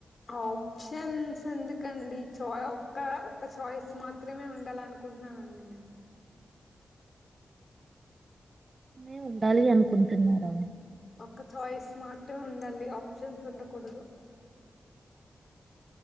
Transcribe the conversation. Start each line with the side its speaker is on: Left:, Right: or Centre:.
Left: ఆప్షన్స్ ఎందుకండి చ ఒక్క ఒక్క చాయిస్ మాత్రమే ఉండాల అనుకుంటున్నానండి నేను
Right: నే ఉండాలి అనుకుంటున్నారా
Left: ఒక్క చాయిస్ మాత్రమే ఉండాలి ఆప్షన్స్ ఉండకూడదు